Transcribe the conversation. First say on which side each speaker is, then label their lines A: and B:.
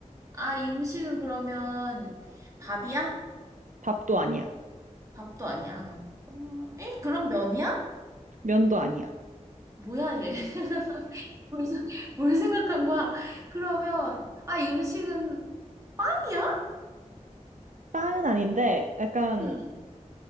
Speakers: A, on the right; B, on the right.
A: 아, 이 음식은 그러면 밥이야?
B: 밥도 아니야.
A: 밥도 아니야. 음, 에? 그럼 면이야?
B: 면도 아니야.
A: 뭐야, 얘. <laughs> 뭘, 생- 뭘 생각한 거야? 그러면, 아, 이 음식은 빵이야?
B: 빵은 아닌데, 약간
A: 응.